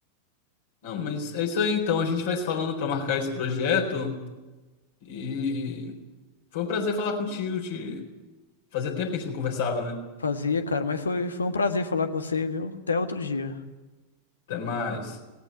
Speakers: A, on the left; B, on the left.
A: Não, mas é isso aí então, a gente vai se falando para marcar esse projeto e foi um prazer falar contigo, te... fazia tempo que a gente não conversava, né?
B: Fazia, cara, mas foi, foi um prazer falar com você, viu? Até outro dia.
A: Até mais.